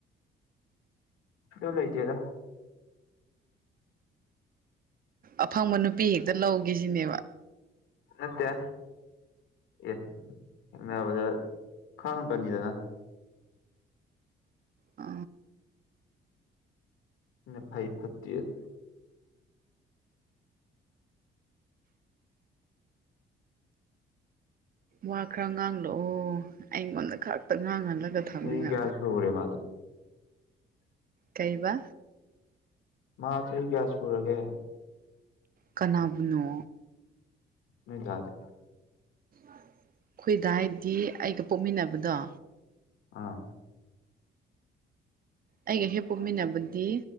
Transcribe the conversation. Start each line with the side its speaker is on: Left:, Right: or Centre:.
Left: ꯀꯣ ꯂꯣꯏꯇꯦꯗ
Right: ꯑꯐꯪꯕ ꯅꯨꯄꯤ ꯍꯦꯛꯇ ꯂꯧꯒꯦꯁꯤꯅꯦꯕ
Left: ꯅꯠꯇꯦ ꯑꯦ ꯈꯪ ꯀꯅꯤꯗꯅ
Right: ꯑ
Left: ꯅ ꯐꯏ ꯐꯠꯇꯔ
Right: ꯋꯥ ꯈꯔ ꯉꯥꯡꯂꯛꯑꯣ ꯑꯩꯉꯣꯟꯗ ꯈꯛꯇ ꯉꯥꯡꯍꯜꯂꯒ ꯊꯝꯃꯤꯅ
Left: ꯆꯍꯤ ꯀꯌꯥ ꯁꯨꯔꯦ ꯃꯥꯗꯤ
Right: ꯀꯩꯕ
Left: ꯃꯥ ꯆꯍꯤ ꯀꯌꯥ ꯁꯨꯔꯒꯦ
Right: ꯀꯅꯥꯕꯨꯅꯣ
Left: ꯃꯗꯗꯦ
Right: ꯑꯩꯈꯣꯏꯗ ꯍꯥꯏꯗꯤ ꯑꯩꯒ ꯄꯣꯛꯃꯤꯟꯅꯕꯗꯣ
Left: ꯑꯥ
Right: ꯑꯩꯒ ꯍꯦꯛ ꯄꯣꯛꯃꯤꯟꯅꯕꯗꯤ